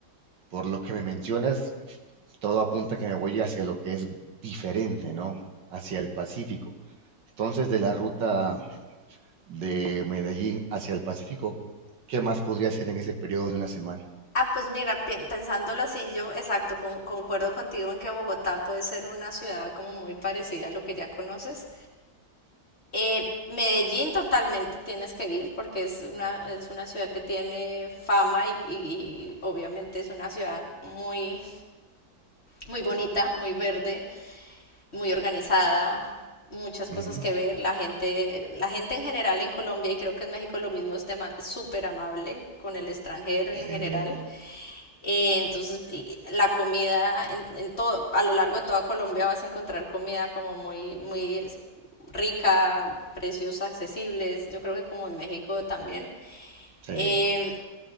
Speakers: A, on the right; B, on the left.
A: por lo que me mencionas, todo apunta que me voy hacia lo que es diferente, ¿no? Hacia el Pacífico. Entonces, de la ruta de Medellín hacia el Pacífico, ¿qué más podría hacer en ese periodo de una semana?
B: Ah, pues mira, pi- pensándolo así, yo exacto, con- concuerdo contigo en que Bogotá puede ser una ciudad como muy parecida a lo que ya conoces. Eh, Medellín totalmente tienes que ir porque es una, es una ciudad que tiene fama y, y obviamente es una ciudad muy, muy bonita, muy verde, muy organizada, muchas
A: Ujú.
B: cosas que ver. La gente, la gente en general en Colombia y creo que en México lo mismo es dema- súper amable con el extranjero
A: Eh,
B: y en general. Eh, entonces, y- la comida en, en todo, a lo largo de toda Colombia vas a encontrar comida como muy, muy es- rica, precios accesibles. Yo creo que como en México también.
A: sí.
B: Em,